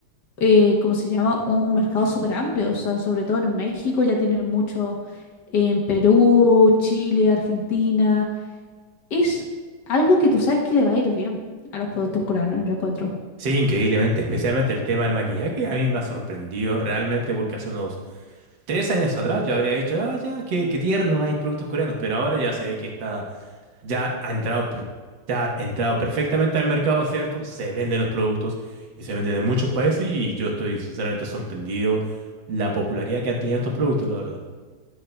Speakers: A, on the left; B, on the right.
A: eh, ¿cómo se llama? Un mercado súper amplio, o sea, sobre todo en México ya tienen mucho, en Perú, Chile, Argentina es algo que tú sabes que le va a ir bien a los productos coreanos, yo encuentro.
B: Sí, increíblemente, especialmente el tema del maquillaje, a mí me ha sorprendido realmente porque hace unos tres años atrás yo habría dicho, ah, ya, qué, qué tierno hay productos coreanos, pero ahora ya se ve que está, ya ha entrado, per- ya ha entrado perfectamente al mercado, ¿cierto? Se venden los productos y se venden en muchos países y yo estoy sinceramente sorprendido la popularidad que han tenido estos productos, la verdad.